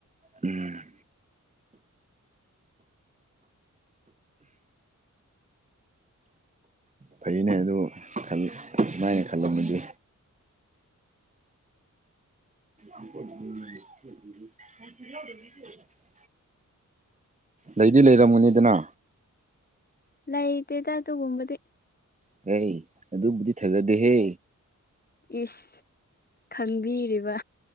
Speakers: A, on the right; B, on the left.
A: ꯎꯝ ꯐꯩꯅꯦ ꯑꯗꯨ ꯈꯟ ꯑꯗꯨꯃꯥꯏꯅ ꯈꯜꯂꯝꯃꯗꯤ ꯎꯝꯄꯠ <unintelligible> ꯎꯝ <unintelligible> ꯂꯩꯗꯤ ꯂꯩꯔꯝ ꯒꯅꯤꯗꯅ
B: ꯂꯩꯇ‌ꯦꯗ ꯑꯗꯨꯒꯨꯝꯕꯗꯤ
A: ꯀꯔꯤ ꯑꯗꯨꯕꯨꯗꯤ ꯐꯖꯗꯦꯍꯦ
B: ꯏꯁ ꯈꯟꯕꯤꯔꯤꯕ